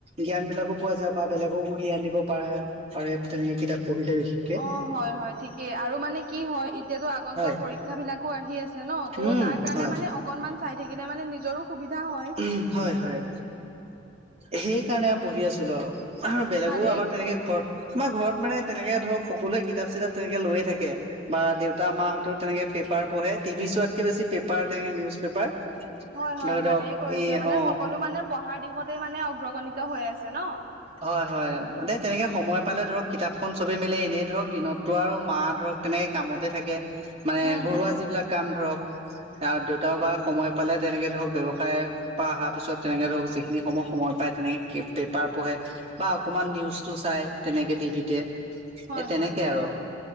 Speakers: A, on the right; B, on the right.
A: জ্ঞান বিলাকো পোৱা যায় বা বেলেগকো জ্ঞান দিব পাৰে পাৰে তেনেকে কিতাপ। পঢ়িলে সি।
B: অঁ' হয় হয় ঠিকেই আৰু মানে কি হয় এতিয়াতো আগন্তক
A: হয়
B: পৰীক্ষা বিলাকো আহি আছে ন। ত'
A: উম
B: তাৰ কাৰণে
A: হয়
B: মানে অকনমান চাই থাকিলে মানে নিজৰো সুবিধা হয়।
A: উ হয় হয় সেই কাৰণে পঢ়ি আছিলো আৰু। বেলেগো
B: ভালেই
A: আমাৰ তেনেকে ঘৰত তোমাৰ ঘৰত মানে তেনেকে ধৰক সকলোৱে কিতাপ চিতাপ তেনেকে লৈয়ে থাকে। বা দেউতা মাহঁতে তেনেকে পেপাৰ পঢ়ে টিভি চোৱাতকে বেছি পেপাৰ তেনেকে নিউজ পেপাৰ।
B: হয় হয়
A: ধৰি
B: ভালেই
A: লওক
B: কৰিছে
A: এই
B: মানে
A: অ
B: সকলো মানে পঢ়াৰ দিশতে মানে অগ্ৰগণিত হৈ আছে ন।
A: হয় হয় তেনেকে সময় পালে ধৰক কিতাপখন চবে মিলে এনেই ধৰক দিনত। তোৰ আৰু মা ধৰক তেনেকে কামতে থাকে মানে
B: হুম
A: ঘৰুৱা
B: হুম
A: যিবিলাক কাম ধৰক। আৰু দেউতাও বা সময় পালে তেনেকে ধৰক ব্যয়ৱসায়। পা অহাৰ পিছত তেনেকে ধৰক যিখিনি সময় সময় পায় তেনেকে কিপটেপ পেপাৰ পঢ়ে বা অকমান নিউজটো চাই তেনেকে টিভিতে
B: হয়
A: এই তেনেকে
B: হয় হয়
A: আৰু